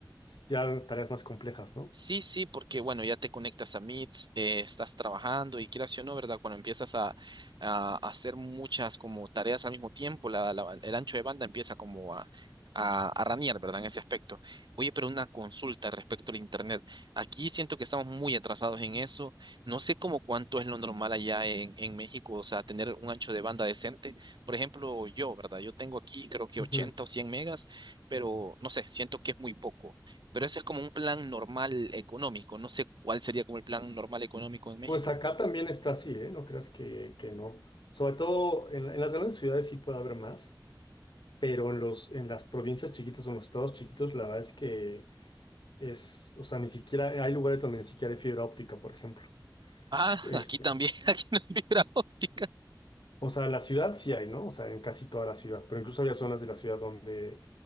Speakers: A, on the left; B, on the right.
A: ya tareas más complejas, ¿no?
B: Sí, sí, porque bueno, ya te conectas a Meets, eh, estás trabajando y quieras sí o no, ¿verdad? Cuando empiezas a, a hacer muchas como tareas al mismo tiempo, la, la- el ancho de banda empieza como a, a, a ranear, ¿verdad? En ese aspecto. Oye, pero una consulta respecto al Internet. Aquí siento que estamos muy atrasados en eso. No sé cómo cuánto es lo normal allá en, en México, o sea, tener un ancho de banda decente. Por ejemplo, yo, ¿verdad? Yo tengo aquí creo que
A: Ujú.
B: 80 o 100 megas, pero no sé, siento que es muy poco. Pero ese es como un plan normal económico. No sé cuál sería como el plan normal económico en México.
A: Pues acá también está así, ¿eh? No creas que, que no. Sobre todo en, en las grandes ciudades sí puede haber más, pero en los, en las provincias chiquitas o en los estados chiquitos, la verdad es que Es, o sea, ni siquiera hay lugares donde ni siquiera hay fibra óptica, por ejemplo.
B: Ah,
A: Este,
B: aquí también, <laughs> aquí no hay fibra óptica.
A: o sea, en la ciudad sí hay, ¿no? O sea, en casi toda la ciudad, pero incluso había zonas de la ciudad donde,